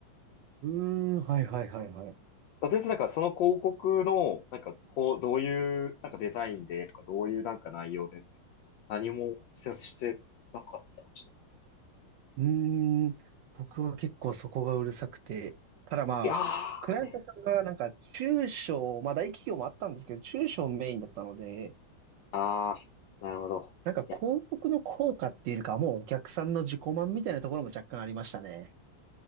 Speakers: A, on the right; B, on the left.
A: うーん、はいはいはいはい。
B: だ全然なんかその広告の、なんかこう、どういうなんかデザインでとか、どういうなんか内容でって、何も施設してなかったかもしれないですね。
A: うーん、僕は結構そこがうるさくて、ただまあ、
B: いやー、
A: クライアントさんがなんか中小、
B: ええ。
A: まあ大企業もあったんですけど、中小メインだったので、
B: あー、なるほど。
A: なんか広告の効果っていうよりかは、
B: いや、
A: もうお客さんの自己満みたいなところも若干ありましたね。